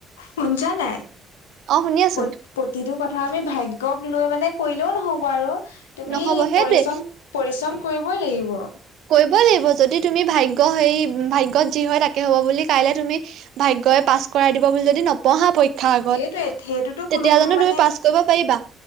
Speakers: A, on the left (about 85°); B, on the right (about 65°).
A: সোনিছা নাই
B: অ শুনি আছো
A: প্ৰতি প্ৰতিটো কথা আমি ভাগ্যক লৈ মানে কৰিলেও নহব আৰু তুমি
B: নহ'ব সেইটোৱে
A: পৰিশ্ৰম পৰিশ্ৰম কৰিবই লাগিব
B: কৰিবই‌ লাগিব যদি তুমি ভাগ্য সেই ভাগ্যত যি হয় তাকে হ'ব বুলি কাইলে তুমি ভাগ্যয়ই পাছ কৰাই দিব বুলি যদি নপঢ়া পৰীক্ষ ভাগত
A: সেইটোৱে সেইটোতো কোনো
B: তেতিয়া জানো
A: মানে
B: তুমি পাছ কৰিব পাৰিবা